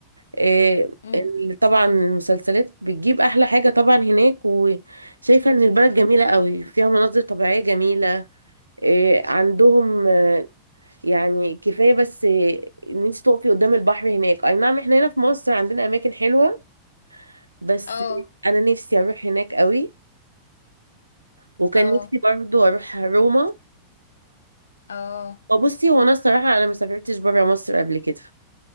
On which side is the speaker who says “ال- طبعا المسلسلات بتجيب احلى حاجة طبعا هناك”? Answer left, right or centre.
Right